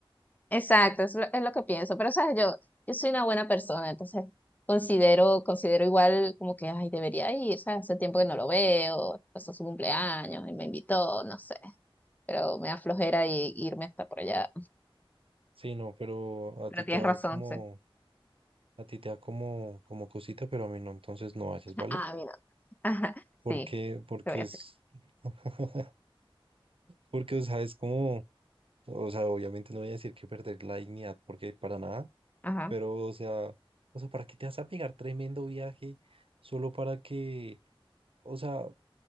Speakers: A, on the left; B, on the right.
A: Exacto, es lo, es lo que pienso. Pero, ¿sabes? Yo, yo soy una buena persona, entonces considero, considero igual como que, ay, debería ir, ¿sabes? Hace tiempo que no lo veo, pasó su cumpleaños y me invitó, no sé. pero me da flojera y, irme hasta por allá.
B: Sí, no, pero a
A: Pero
B: ti
A: tienes
B: te da
A: razón,
B: como,
A: sí.
B: a ti te da como, como cosita, pero a mí no, entonces no vayas, ¿vale?
A: Ah, mira. Ajá,
B: Porque,
A: sí,
B: porque
A: te voy a
B: es,
A: hacer.
B: <laughs> porque, o sea, es como, o sea, obviamente no voy a decir que perder la dignidad, porque para nada,
A: Ajá,
B: pero, o sea, o sea, ¿para qué te vas a pegar tremendo viaje solo para que O sea,